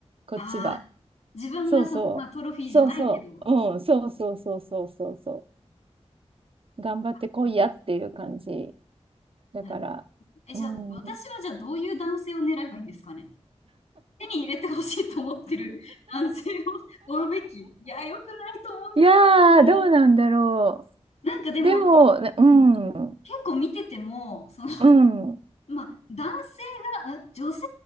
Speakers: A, on the right; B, on the left.
A: こっちは。
B: ああ、自分がその、
A: そうそう。
B: まあ、トロフィーじゃないけど。
A: そうそう。うん。そうそうそうそうそうそう。頑張ってこいやっていう感じ。
B: あ
A: だから。
B: なるほどえ、
A: うん。
B: じゃあ、私はじゃあどういう男性を狙えばいいんですかね手に入れてほしいと思ってる <laughs> 男性を追うべき。いや、良くないと思うんだよな、
A: いやー、
B: それも。
A: どうなんだろ
B: なんかでも、
A: う。でも、ね、
B: うん、
A: うん、う
B: 結構見てても、その、<laughs>
A: ん、う
B: まあ、男性が、うん女性